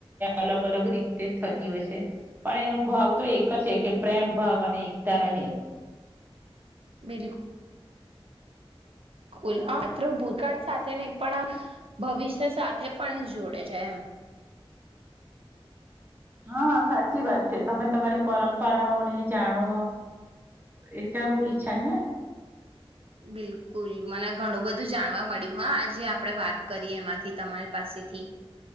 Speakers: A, on the right; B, on the right.
A: અલગ અલગ રીતે જ થતી હોય છે પણ એનો ભાવ તો એક છે કે પ્રેમ ભાવ અને એકતા રહે
B: બિકુલ ુલ માત્ર ભૂતકાળ સાથે નહી પણ ભવિષ્ય સાથે પણ જોડે છે એમ
A: હા સાચી વાત છે તમે તમારી પરંપરાઓને જાણો એ જરૂરી છે ને
B: બિલકુલ મને ઘણું બધું જાણવા મળ્યું હા આજે આપણે વાત કરીએ એમાંથી તમારી પાસેથી